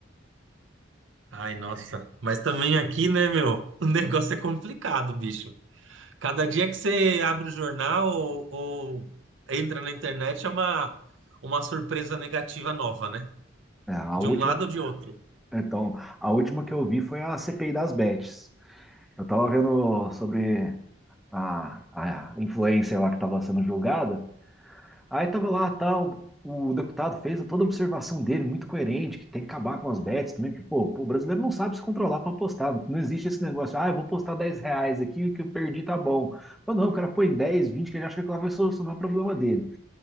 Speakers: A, on the right; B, in the centre.
A: Ai, nossa, mas também aqui, né, meu? <laughs> O negócio é complicado, bicho. Cada dia que você abre o jornal ou, ou entra na internet é uma, uma surpresa negativa nova, né?
B: É, é, a
A: De
B: última,
A: um lado ou de outro.
B: então, a última que eu vi foi a CPI das Bets. Eu tava vendo sobre a, a influencer lá que estava sendo julgada Aí tava lá, tal, o deputado fez toda a observação dele, muito coerente, que tem que acabar com as bets também, porque, pô, pô, o brasileiro não sabe se controlar para apostar. Não existe esse negócio, ah, eu vou postar 10 reais aqui, que eu perdi, tá bom. Mas não, o cara põe 10, 20, que ele acha que lá vai solucionar o problema dele.